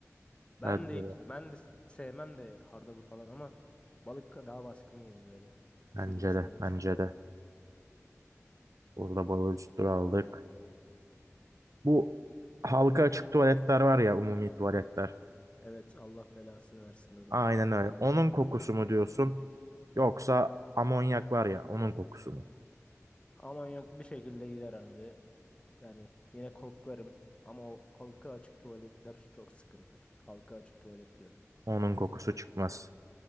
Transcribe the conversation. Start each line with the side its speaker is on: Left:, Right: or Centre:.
Left: Ben
Right: Bence
Left: de
Right: de.
Left: ben de sevmem de hardalı falan ama balık daha baskın gibi böyle.
Right: Bence
Left: Çürümüş
Right: de.
Left: mürümüş
Right: Bence
Left: bir balık.
Right: de. Burada balığı üstüne aldık. Bu halka açık tuvaletler var ya umumi tuvaletler.
Left: Evet Allah belasını versin oraları.
Right: Aynen öyle. Onun kokusu mu diyorsun? Yoksa amonyak var ya onun kokusu mu?
Left: Aman yok bir şekilde gider abi. Yani yine koklarım ama o halka açık tuvaletler çok sıkıntı. Halka açık tuvalet diyorum.
Right: Onun kokusu çıkmaz.